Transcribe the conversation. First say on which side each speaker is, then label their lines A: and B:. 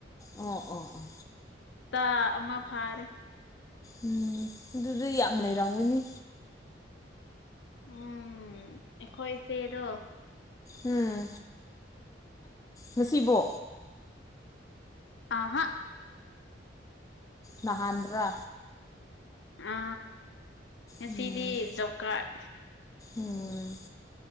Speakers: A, on the left (about 20°); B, on the left (about 70°).
A: ꯑꯣ ꯑꯣ ꯑꯣ
B: ꯇ ꯑꯃ ꯐꯥꯔꯦ
A: ꯎꯝ ꯑꯗꯨꯗꯤ ꯌꯥꯝ ꯂꯩꯔꯝꯒꯅꯤ
B: ꯎꯝ ꯑꯩꯈꯣꯏꯁꯦꯗꯣ
A: ꯎꯝ ꯉꯁꯤꯕꯣ
B: ꯑꯍ
A: ꯅꯍꯟꯗ꯭ꯔꯥ
B: ꯑ ꯉꯁꯤꯗꯤ
A: ꯎꯝ
B: ꯖꯣꯞ ꯀꯥꯔꯠ
A: ꯎꯝ